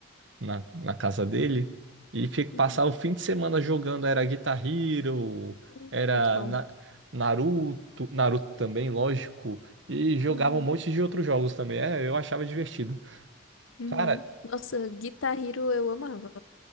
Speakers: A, on the right; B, on the left.
A: na, na casa dele e fi- passava
B: Uhum.
A: o fim de semana jogando. Era Guitar Hero,
B: Hum,
A: era
B: Muito bom.
A: Na- Naruto, Naruto também, lógico, e jogava
B: Uhum.
A: um monte de outros jogos também. É, eu achava divertido.
B: Uhum.
A: Cara.
B: Nossa, Guitar Hero eu amava.